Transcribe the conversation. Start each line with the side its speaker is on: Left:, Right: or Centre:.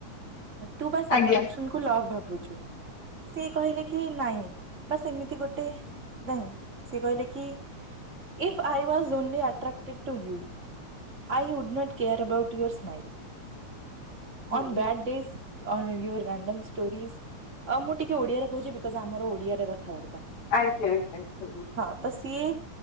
Right: ତୁ ବାସ୍
Left: ଆଜ୍ଞା
Right: ଆଟ୍ରାକ୍ସନ୍ କୁ ଲଭ୍ ଭାବୁଚୁ। ସିଏ କହିଲାକି ନାଇଁ ବାସ୍ ଏମିତି ଗୋଟେ ନାଇଁ ସେ କହିଲେକି if I was only attracted to you. I would not care about your smile.
Left: ହୁଁ,
Right: On bad days on your random stories ଆ ମୁ ଟିକେ ଓଡ଼ିଆରେ କହୁଚି ବିକଜ୍ ଆମର ଓଡିଆରେ କଥାବାର୍ତ୍ତା।
Left: ଆଜ୍ଞା ଆଜ୍ଞା ହୁଁ
Right: ହଁ ତ ସିଏ